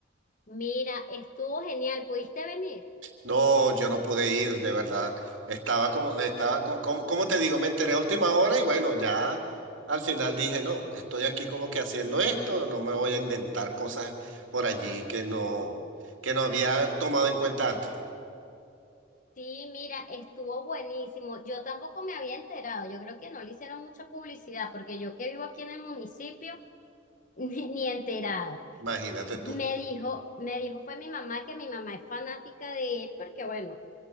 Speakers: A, on the left (about 45°); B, on the right (about 80°).
A: Mira, estuvo genial. ¿Pudiste venir?
B: No, yo no pude ir, de verdad. Estaba como, estaba, co- como, como te digo, me enteré a última hora y bueno, ya al final dije, no, estoy aquí como que haciendo esto, no me voy a inventar cosas por allí que no, que no había tomado en cuenta antes.
A: Sí, mira, estuvo buenísimo. Yo tampoco me había enterado. Yo creo que no le hicieron mucha publicidad porque yo que vivo aquí en el municipio, <laughs> ni, ni enterada.
B: Imagínate
A: Me
B: tú.
A: dijo, me dijo, fue mi mamá que mi mamá es fanática de él porque, bueno.